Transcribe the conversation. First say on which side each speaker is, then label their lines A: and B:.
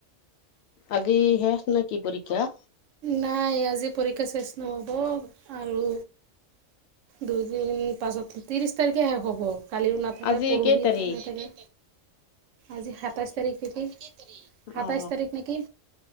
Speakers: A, on the left (about 65°); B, on the right (about 70°).
A: আজি শেষ নেকি পৰীক্ষা?
B: নাই আজি পৰীক্ষা চেষ নহ'ব আৰু দুদিন পাছত তিৰিশ তাৰিখে শেষ হ'ব। কালিও নাথাকে
A: আজি
B: পৰহিত
A: কেই তাৰিখ
B: নাথাকে। আজি সাতাইছ তাৰিখ নেকি, সাতাইছ
A: অ
B: তাৰিখ নেকি?